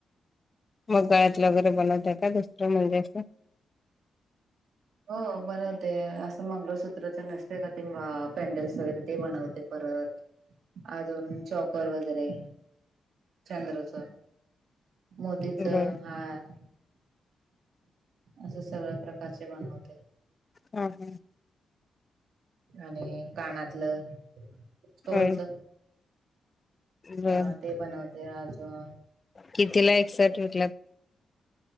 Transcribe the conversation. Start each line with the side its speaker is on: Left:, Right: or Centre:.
Left: मग गळ्यातलं वगैरे बनवत आहे का दुसरं म्हणजे असं.
Right: हो बनवते असं मंगळसूत्रच नसते का ते पॅन्डल्स वगैरे ते बनवते. परत अजून चौकर वगैरे चंद्रच. मोतीच
Left: बर बर
Right: हार. असे सगळ्या प्रकारचे बनवते.
Left: हम हम,
Right: आणि कानातलं. स्टोनच,
Left: होय बर
Right: अ ते बनवते अजून,
Left: कितीला, एक सर्ट विकला?